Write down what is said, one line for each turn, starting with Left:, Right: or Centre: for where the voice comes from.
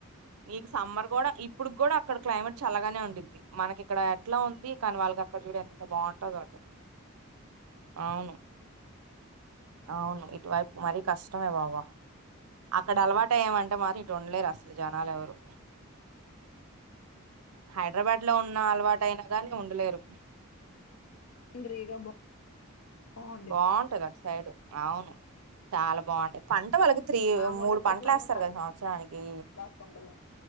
Right: నీకు సమ్మర్ కూడా ఇప్పుడు కూడా అక్కడ క్లైేట్ చల్లగానే ఉండిద్ది మనకి ఇక్కడ ఎట్లా ఉంది కానీ వాళ్ళకి అక్కడ చూడ ఎంత బాగుంటుందో అటు అవును అవును ఇటువైపు మరీ కష్టమే బాబా, అక్కడ అలవాటయ ఏమంటే మరి ఇటు ఉండలేరు అసలు జనాలు ఎవరు
Left: మ్మ్
Right: హైడ్రాబాడ్ లో ఉన్న అలవాటు అయినా గానీ ఉండలేరు
Left: గ్రీనరీగా బాగుండేది
Right: బాగుంటది అటు సైడు అవును చాలా బాగుండే పంట వాళ్ళకి త్రీ
Left: మనం
Right: మూడు
Left: ఉన్న చెట్లు
Right: పంటలు
Left: అన్ని
Right: వేస్తారు కదా సంవత్సరానికి,
Left: నరికేస్తుంటది